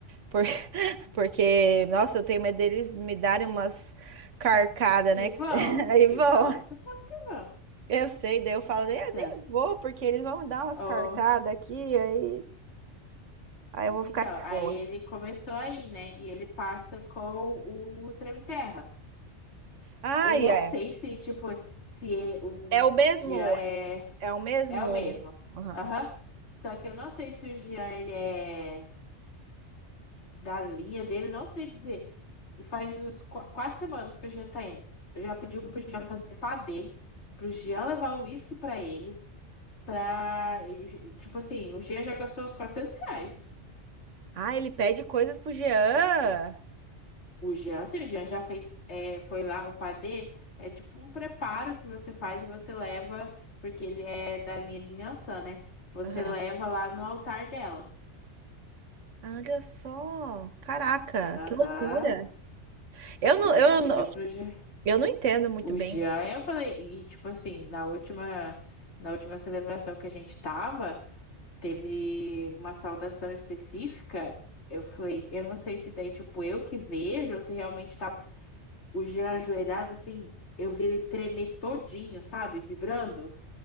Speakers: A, on the right; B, on the left.
A: por- <laughs> Porque, nossa, eu tenho medo deles me darem umas carcadas,
B: E
A: né?
B: vão,
A: que se- <laughs> Aí
B: e
A: vão.
B: vão, você sabe que vão.
A: Eu sei, daí eu falo, "É,
B: Tá.
A: nem vou, porque eles vão me dar umas
B: Oh,
A: carcadas aqui, aí. Aí eu vou
B: então,
A: ficar de
B: aí
A: boas.
B: ele começou aí, né? E ele passa com o Treme Terra.
A: Ah,
B: Eu
A: é.
B: não sei se, tipo, se é- o
A: É o mesmo.
B: Jean é.
A: É o mesmo.
B: É o mesmo.
A: Aham.
B: Aham. Só que eu não sei se o Jean, ele é da linha dele, não sei dizer. E faz uns qu- quatro semanas que o Jean tá indo. Eu já pedi pro Jean fazer padê, pro Jean levar o uísque pra ele, pra... Tipo assim, o Jean já gastou uns 400 reais.
A: Ah, ele pede coisas pro Jean.
B: O Jean, se o Jean já fez, é, foi lá o padê, é tipo um preparo que você faz e você leva, porque ele é da linha de Yansan, né? Você
A: Aham.
B: leva lá no altar dela.
A: Olha só. Caraca,
B: Aham.
A: que loucura. Eu
B: Ele
A: não, eu
B: já pediu
A: não,
B: pro Jean.
A: eu não entendo muito
B: O
A: bem.
B: Jean, eu falei, e tipo assim, na última, na última celebração que a gente tava, teve uma saudação específica. Eu falei, eu não sei se daí, tipo, eu que vejo, ou se realmente tava o Jean ajoelhado, assim, eu vi ele tremer todinho, sabe? Vibrando.